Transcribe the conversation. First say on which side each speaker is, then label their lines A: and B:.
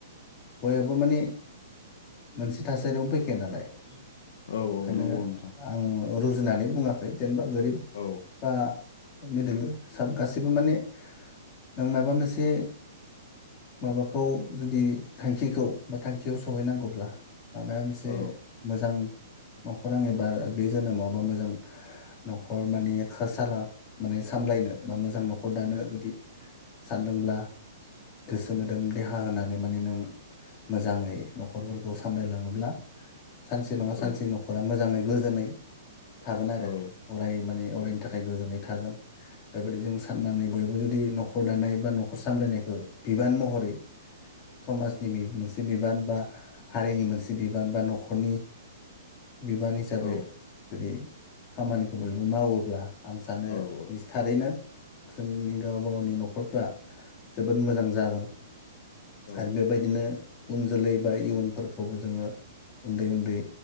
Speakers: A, on the left; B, on the left.
A: बयहाबो माने मोनसे थासारियावनो फैखाया नालाय
B: औ
A: बेखायनो
B: नंगौ नोंथां
A: आङो रुजुनानै बुङा खै जेनबा गोरिब
B: औ
A: बा मिडिल साब गासैबो माने नों माबा मोनसे माबाखौ जुदि थांखिखौ बा थांखियाव सहैनांगौब्ला माबाया मोनसे
B: औ
A: मोजां न'खर आं एबार बे जोनोमावबा मोजां न'खर माने खसाला माने सामलायनो बा मोजां न'खर दानो जुदि सानदोंब्ला गोसो मोदोम देहा होनानै माने नों मोजाङै न'खरफोरखौ सामलायलाङोब्ला सानसे नङा
B: औ
A: सानसे नख'रा मोजाङै गोजोनै थागोन आरो
B: औ
A: अराय माने अरायनि
B: औ
A: थाखाय गोजोननाय थागोन। बेबायदि जों साननानै बयबो जुदि न'ख खौ दानाय बा न'खर सामलायनायखौ बिबान महरै समाजनि मि मोनसे बिबान बा हारिनि मोनसे बिबान बा न'खरनि बिबान हिसाबै
B: औ
A: जुदि खामानिखौ बयबो मावोब्ला आं सानो
B: औ
A: निसथारैनो जोंनि गावबा गावनि न'खरफ्रा जोबोद मोजां जागोन।
B: औ
A: आरो बेबायदिनो उन जोलै बा इयुनफोरखौबो जोङो उन्दै उन्दै